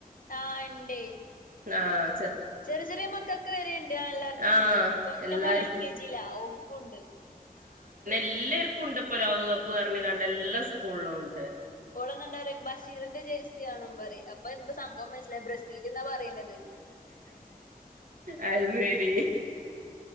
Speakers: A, on the left (about 60°); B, on the right (about 60°).
A: ആ ഇണ്ട്
B: ആ
A: ചെറിയ ചെറിയ മക്കക്ക് വരെണ്ട് ആ എല്ലാര്ക്കുണ്ട്
B: ആഹ്
A: ഇത്‌പ്പൊ ഇൻൻ്റെ
B: എല്ലാർക്കും
A: മോളെൽ കെ ജി ലാ ഓക്കുണ്ട്
B: എല്ലാര്ക്ക്ണ്ട് പ്പ ലോകകപ്പ് പർഞ്ഞിങ്ങാണ്ട് എല്ലാ സ്കൂളിലുണ്ട്
A: ഓളെന്നാണ്ടറിം ബഷീറിന്റെ ജേഴ് സി യാണം പറിം അപ്പൊ എന്ത് സംഭവം മൻസ്സിലായി ബ്ര സില്ന്നാ പറി ണത്
B: അത് ശരി